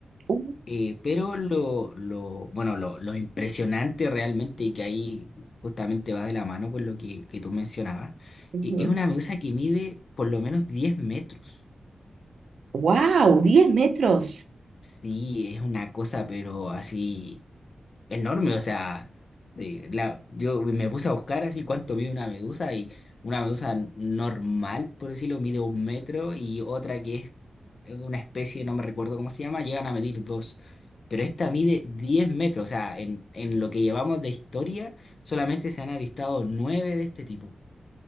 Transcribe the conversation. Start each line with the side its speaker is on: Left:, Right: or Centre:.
Right: Uh,
Left: Eh, pero lo, lo, bueno, lo, lo impresionante realmente, y que ahí justamente va de la mano con lo que, que tú mencionabas,
Right: Ujú.
Left: eh, es una medusa que mide por lo menos 10 metros.
Right: ¡Wow! diez metros?
Left: Sí, es una cosa, pero así enorme, o sea, de la, yo me puse a buscar así cuánto mide una medusa y una medusa n- normal, por decirlo, mide un metro y otra que es de una especie, no me recuerdo cómo se llama, llegan a medir dos. Pero esta mide 10 metros, o sea, en, en lo que llevamos de historia solamente se han avistado nueve de este tipo.